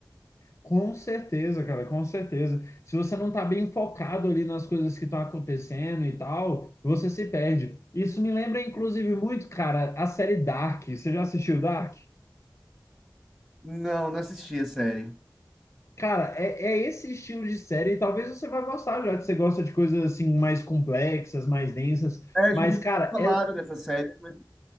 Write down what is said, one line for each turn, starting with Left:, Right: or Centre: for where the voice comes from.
Left: Com certeza, cara, com certeza. Se você não tá bem focado ali nas coisas que estão acontecendo e tal, você se perde. Isso me lembra, inclusive, muito, cara, a série Dark. Você já assistiu Dark?
Centre: Não, não assisti a série.
Left: Cara, é, é esse estilo de série. e Talvez você vá gostar, já que você gosta de coisas assim mais complexas, mais densas.
Centre: É,
Left: Mas,
Centre: já me
Left: cara,
Centre: falaram
Left: é,
Centre: dessa série, mas